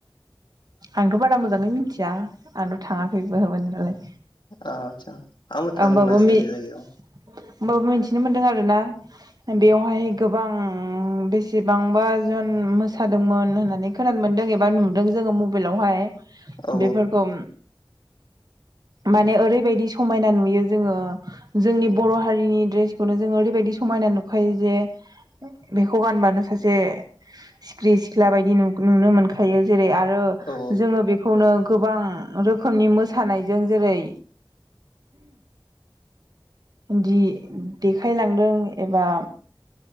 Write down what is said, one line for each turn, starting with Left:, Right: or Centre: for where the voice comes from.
Right: आंथ' बारा मोजाङै मिथिया आंथ' थाङाखैबो मोन नालाय
Left: आदसा आंबो थांनो
Right: हमबाबो
Left: मोनासै
Right: होमबाबो
Left: बे जायगायाव
Right: मिथिनो मोनदों आरो ना बेवहाय गोबां बेसेबांबा जन मोसादोंमोन होननानै खोनानो मोनदों एबा नुदों जोङो मबाइल आवहाय
Left: औ
Right: बेफोरखौ माने ओरैबायदि समायना नुयो जोङो जोंनि बर' हारिनि ड्रेसखौनो जों ओरैबायदि समायना नुखायो जे बेखौ गानबानो सासे सिखिरि सिख्ला बायदि नुनो मोनखायो जेरै आरो आरो
Left: औ
Right: जोङो बेखौनो गोबां रोखोमनि मोसानाय जों जेरै दि देखायलांदों एबा